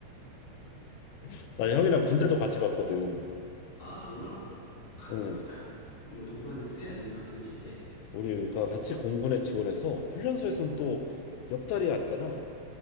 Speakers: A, on the left (about 85°); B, on the left (about 25°).
A: <laughs> 나 형이랑
B: 그러면
A: 군대도
B: 그,
A: 같이 갔거든.
B: 아, 정말, 갓,
A: 응,
B: 갓, 뭐, 동반입 대 아니면 같은 시기에?
A: 우리가 같이 공군에 지원해서 훈련소에선
B: 어,
A: 또 옆자리에 앉잖아.